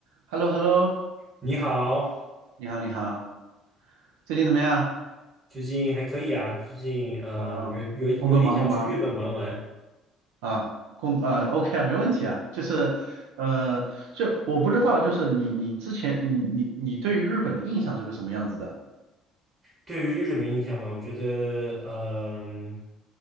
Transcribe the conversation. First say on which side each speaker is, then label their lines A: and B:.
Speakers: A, on the right; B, on the right.
A: h e l l o h e l l o
B: 你好，
A: 你好，你好，最近怎么样？
B: 最近还可以啊，最近呃有有有点想去日本玩玩。
A: 嗯、工作忙不忙啊？工啊 o k 啊，没问题啊。就是，呃，就我不知道，就是你你之前你你你对于日本的印象是个什么样子的？
B: 对于日本印象嘛，我觉得嗯、